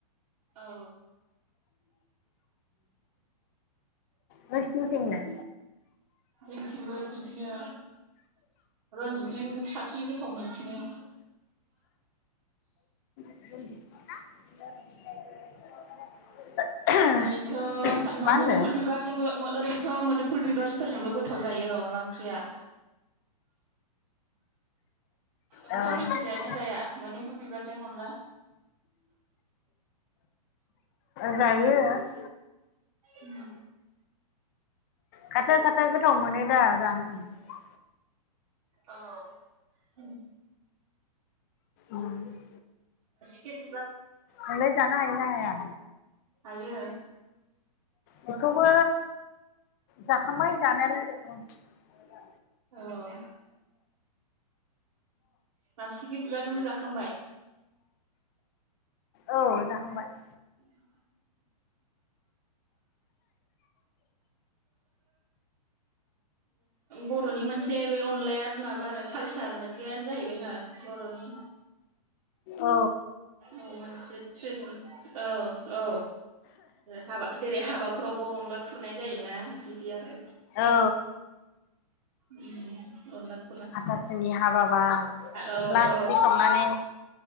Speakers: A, on the right; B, on the left.
A: औ औ
B: नोंसिनिथिंलाय
A: जोंथिंबो बिदिनो रनजितजों साबसिन गोथाव मोनसिनो ।
B: <inaudible>
A: ओरैनोथ' सा
B: मा होनदों
A: मोदुफुल बिबारजोंबो मो ओै आरैनो थ' मोदोमफुल बिबारफोरजोंबो गोथाव जायो अनदला ओंख्रिया । नोंथांमोनथिं
B: औ
A: जाय ना जाया मोदोमफुल बिबारजों अनला? <inaudible>
B: जायो ।
A: उम
B: खाथो खाथो गोथाव मोनोदा । जानो ।
A: औ उम ।
B: उम ।
A: खि बिबार
B: नोंलाय जानो हायोना हाया?
A: हायो ।
B: बेखौबो जाखांबाय जानायालाय । उम ।
A: औ । बासिगि बिबारजोंबो जाखांबाय ।
B: औ जाखांबाय ।
A: <inaudible> <unintelligible> बर'नि मोनसे बे अनलाया माबा आरो कालसार बायदियानो जाहैबायनो बर'नि
B: अ ।
A: औ मोनसे ट्र औ औ हाबा जेरै हाबाफ्रावबो अनला खुरनाय जायोना बिदि आरो
B: औ
A: उम अनला ।
B: हातासुनि हाबाबा आनला
A: औ औ
B: ओंख्रि संनानै